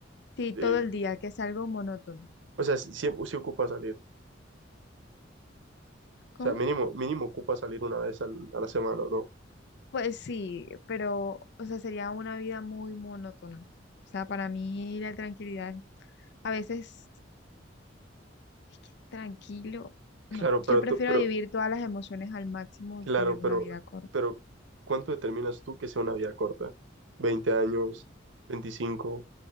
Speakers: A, on the left; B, on the right.
A: sí,
B: eh,
A: todo el día, que es algo monótono.
B: o sea, si, si, si ocupa salir,
A: ¿Cómo?
B: o sea, mínimo, mínimo ocupa salir una vez al- a la semana, ¿no?
A: Pues sí, pero, o sea, sería una vida muy monótona. O sea, para mí la tranquilidad, a veces, es que tranquilo,
B: Claro,
A: no, yo
B: pero
A: prefiero
B: tú, pero,
A: vivir todas las emociones al máximo
B: claro,
A: y tener una
B: pero,
A: vida corta.
B: pero, ¿cuánto determinas tú que sea una vida corta? Veinte años? veinticinco,